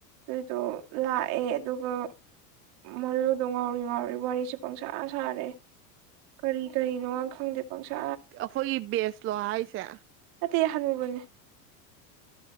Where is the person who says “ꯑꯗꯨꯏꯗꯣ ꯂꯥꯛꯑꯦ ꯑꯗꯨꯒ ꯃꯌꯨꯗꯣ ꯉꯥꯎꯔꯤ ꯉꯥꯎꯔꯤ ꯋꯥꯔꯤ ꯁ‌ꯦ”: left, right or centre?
Right